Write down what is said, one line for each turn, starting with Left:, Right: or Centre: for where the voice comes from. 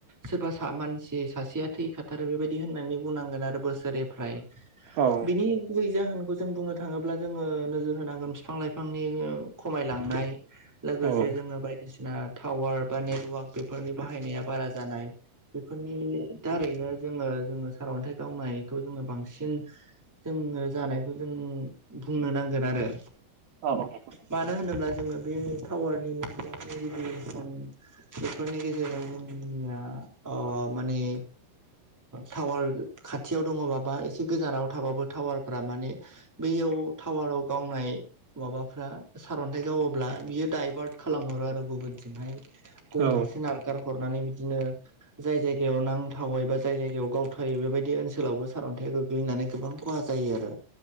Centre: सोरबा मानसि सासेया थै खाथारो बेबायदि होननानै बुंनांगोन आरो बोसोरनिफ्राय
Right: औ
Centre: बिनि गुबै जाहोनखौ जों बुंनो थाङोब्ला जोङो नोजोर होनांगोन बिफां लाइफांनि खमायलांनाय। लोगोसे
Right: औ
Centre: जोङो बायदिसिना टावार बा नेट वाक बेफोरनि बाहायनाया बारा जानाय बेफोरनि दारैनो जोङो जोङो सारअन्थाइ गावनायखौ जोङो बांसिन जोङो जानायखौ जों बुंनो नांगोन आरो।
Right: औ।
Centre: मानो होनोब्ला जोङो बे टावारनि मेगानि रेडियेसन बेफोरनि गेजेरजों जोंया माने टावार खाथियाव दङबा एसे गोजानाव थाबाबो टावारफोरा माने बैयाव टावाराव गावनाय माबाफ्रा सारन्थाइ गावोब्ला बियो दाइभार्ट खालामहरो आरो गुबुनथिंहाय गुबुन
Right: औ
Centre: फारसे नारगार हरनानै बिदिनो जाय जायगायाव नांथावै बा जाय जायगायाव गावथावै बेबायदि ओनसोलावबो सारअन्थाइया गोग्लैयो होननानै गोबां खहा जायो। जायो आरो